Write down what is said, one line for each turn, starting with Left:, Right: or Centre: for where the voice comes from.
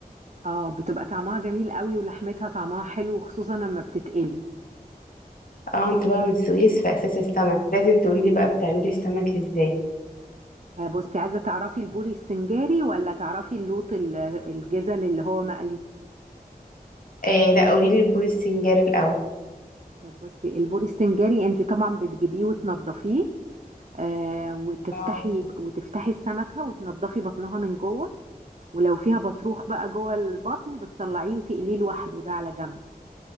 Right: اه بتبقى طعمها جميل قوي ولحمتها طعمها حلو خصوصا لما بتتقلي
Left: اه انت بقى من السويس في اساس السمك لازم تقولي لي بقى بتعملي السمك ازاي
Right: آه، بصي عايزة تعرفي البوري السنجاري ولا تعرفي اللوط ال- الجزل اللي هو مقلي
Left: إيه لا قولي لي البور السنجاري الاول
Right: طب بصي البوري السنجاري انت طبعا بتجيبيه وتنضفيه آه وتفتحي
Left: اه
Right: وتفتحي السمكة وتنضفي بطنها من جوه ولو فيها بطروخ بقى جوه البطن بتطلعيه وتقليه لوحده ده على جنب